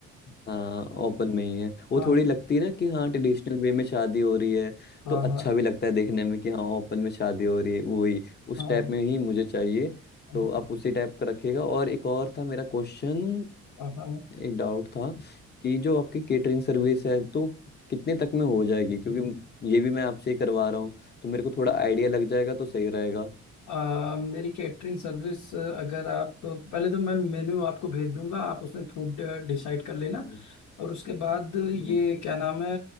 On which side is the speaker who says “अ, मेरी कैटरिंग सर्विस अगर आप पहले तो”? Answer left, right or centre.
Left